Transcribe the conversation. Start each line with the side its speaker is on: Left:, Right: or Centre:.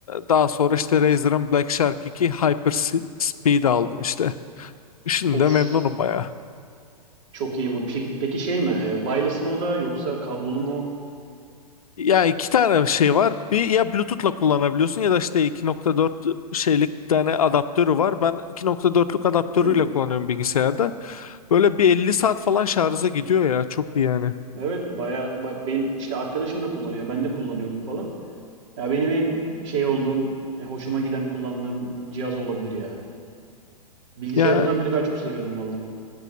Left: daha sonra işte Razer'ın Black Shark iki Hyper S- Speed aldım işte. Şimdi
Right: Of
Left: de memnunum baya.
Right: çok iyi mi? Peki, peki şey mi? E, wireless mı o da yoksa kablolu mu?
Left: Ya iki tane şey var. Bir ya Bluetooth'la kullanabiliyorsun ya da işte 2.4 şeylik bir tane adaptörü var. Ben 2.4'lük adaptörüyle
Right: Hmm,
Left: kullanıyorum bilgisayarda. Böyle bir 50 saat falan şarja gidiyor ya. Çok iyi yani.
Right: evet baya ba- benim işte arkadaşım da kullanıyor. Ben de kullanıyordum falan. Ya benim en şey olduğum, e, hoşuma giden kullandığım cihaz olabilir ya. Bilgisayarımdan
Left: Ya
Right: bile daha çok seviyordum valla.